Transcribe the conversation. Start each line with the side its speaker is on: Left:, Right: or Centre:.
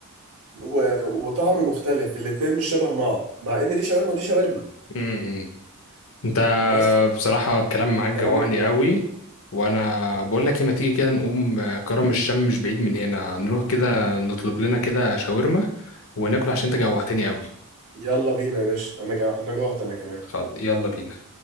Right: و... وطعم مختلف الاتنين مش شبه بعض مع إن دي شاورما ودي شاورما
Left: م- م. انت
Right: بس
Left: بصراحة الكلام معاك جوعني
Right: كلامك مظبوط
Left: قوي وانا بقول لك ايه ما تيجي كده نقوم آه، كرم الشام مش بعيد من هنا نروح كده نطلب لنا كده شاورما وناكل عشان انت جوعتني قوي
Right: يلا بينا يا باشا انا جا... انا جوعت انا كمان
Left: خلاص يلا بينا